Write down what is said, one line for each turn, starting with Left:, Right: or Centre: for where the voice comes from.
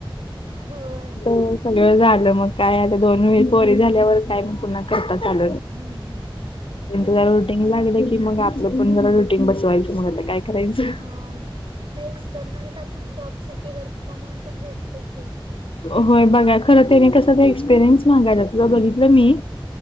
Right: होय
Left: सगळं झालं मग काय आता दोन वेळी पोरी झाल्यावर काय म पुन्हा करतात. चाल.
Right: हम्म हम्म हम्म.
Left: त्यांचं जरा रुटीन लागलं की मग आपलं पण जरा रुटीन बसवायचं मग आता काय करायचं.
Right: ह म एक्सटर्नल टाकून जॉब साठी वर्क फ्रॉम होम पण भेटते की
Left: होय बघा खर त्याने कस एक्सपिरियन्स मागायला आप बघितलं मी